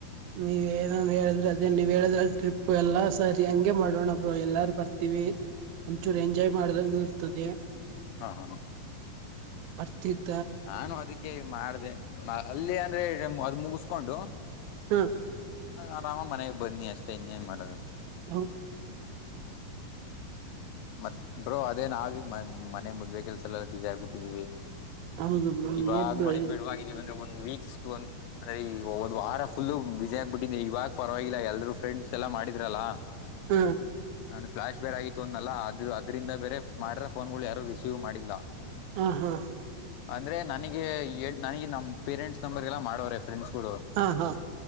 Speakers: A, on the right; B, on the left.
A: ನೀವ ಏನನ್ ಹೇಳಿದ್ರೆ ಅದೇ ನೀವ್ ಹೇಳಿದ್ರ ಟ್ರಿಪ್ ಎಲ್ಲ ಸರಿ ಹಂಗಗೆ ಮಾಡೋಣಬ್ರು ಎಲ್ಲಾರು ಬರ್ತೀವಿ ಒಂಚೂರು ಎಂಜಾಯ್ ಮಾಡ್ದಂಗ ಇರ್ತದೆ
B: ಹಾ ಹಾ ಹ
A: ಅರ್ತಿತ್
B: ನಾನು ಅದಕ್ಕೆ ಮಾಡ್ದ ಅಲ್ಲಿ ಅಂದ್ರೆ ಅದ್ ಮುಗಿಸಕೊಂಡು
A: ಹ್ಮ
B: ಆರಾಮ ಮನೆಗ್ ಬನ್ನಿ ಅಷ್ಟೇ ಇನ್ನೇನ್ ಮಾಡದ
A: ಹ್ಮ
B: ಮತ್ ಬ್ರೋ ಅದೇ ನಾವೀ ಮನೆ ಮದ್ವೆೆ ಕೆಲ್ಸ ಎಲ್ಲ ಬಸಿ ಆಗ್ಬಿಟ್ಟಿದೀವಿ
A: ಹೌದು ಬ್ರೋ
B: ಇವಾಗ
A: ಏನ್ ಬ್ರೋ
B: ಮಾಡಿದ ಬಿಡುವ ಬ ಒಂದು ವೀಕ್ಸ್ ಒ ಅಂದ್ರೆ ಒಂದು ವಾರ ಫುಲ್ು ಬಿಸಿಿ ಆಗ್ಬಿಟ್ಟಿದ್ದಿದೆ ಇವಾಗ ಪರವಾಗಿಲ್ಲ ಎಲ್ರೂ ಫ್ರೆಂಡ್ಸ್ ಎಲ್ಲಾ ಮಾಡಿದ್ರಲ್ಲ
A: ಹ್ಮ
B: ನನ್ನ ಫ್ಲ್ಾ ಬೇರೆ ಆಯಿತ್ತು ಅಂದಲ್ಲ ಅ್ರ ಅದ್ರಿಂದ ಬೇರೆ ಮಾಡ್ರ ಫೋನ್ಗಳು ಯಾರು ರಿಸೀವ್ ಮಾಡಿಲ್ಲ
A: ಹಾ ಹಾ
B: ಅಂದ್ರೆ ನನಗೆ ನನಗೆ ನಮ್ ಪೇರೆಂಟ್ಸ್ ನಂಬರ್ಗೆಲ್ಲ ಮಾಡೋವ್ರೆ ಫ್ರೆಂಡ್ಸ್ ಗಳು
A: ಹಾ ಹಾ